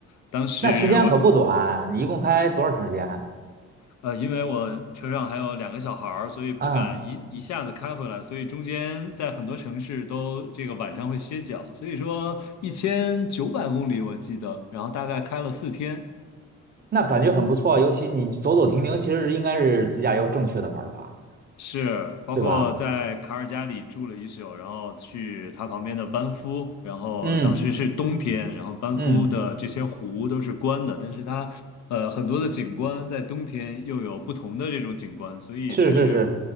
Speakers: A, on the left (about 65°); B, on the right (about 30°).
A: 当时我，
B: 那时间可不短，你一共开多长时间？
A: 呃，因为我车上还有两个小孩儿，所以不敢一一下子开回来，
B: 啊、
A: 所以中间在很多城市都这个晚上会歇脚，所以说一千九百公里我记得，然后大概开了四天，
B: 那感觉很不错，尤其你走走停停，其实应该是自驾游正确的玩法，
A: 是，包括在卡尔加里住了一宿，
B: 对吧？
A: 然后去他旁边的班夫，然后当时是冬天，
B: 嗯
A: 然后班夫的这些湖都是关的，
B: 嗯，嗯
A: 但是它呃很多的景观在冬天又有不同的这种景观，所以确实
B: 是是是，